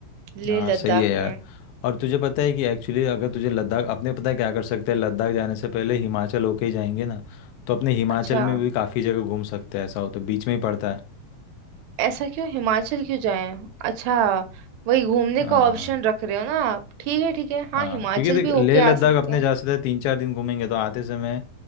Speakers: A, on the right (about 80°); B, on the left (about 80°).
A: लेह
B: हाँ
A: लद्दाख
B: सही है यार
A: में
B: और तुझे पता है कि एक्चुअली अगर तुझे लद्दाख अपने पता है क्या कर सकते हैं लद्दाख जाने से पहले हिमाचल होके ही जाएंगे ना तो अपने हिमाचल
A: अच्छा
B: में भी काफ़ी जगह घूम सकते हैं ऐसा हो तो बीच में ही पड़ता है
A: ऐसा क्यों हिमाचल क्यों जाएं अच्छा वही घूमने
B: हाँ
A: का ऑप्शन रख रहे हो ना आप ठीक है ठीक है हाँ
B: हाँ
A: हिमाचल
B: क्योंकि देख
A: भी होके
B: लेह लद्दाख
A: आ सकते
B: अपने
A: हैं
B: जा सकते हैं तीन चार दिन घूमेंगे तो आते समय